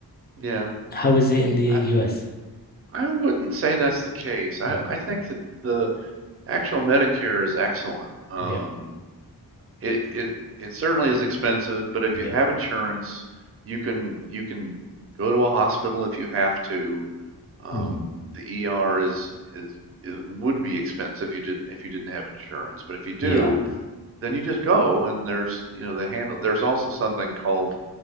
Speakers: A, on the right (about 35°); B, on the left (about 25°).
A: yeah,
B: How is it in the US?
A: I, I wouldn't say that's the case. I,
B: Mm,
A: I think that the actual Medicare is excellent. Um,
B: yeah,
A: it it it certainly is expensive, but if
B: yeah,
A: you have insurance, you can you can go to a hospital if you have to. Um,
B: hmm
A: the ER is is it would be expensive if you didn't if you didn't have insurance, but if you do,
B: yeah,
A: then you just go and there's you know they handle. There's also something called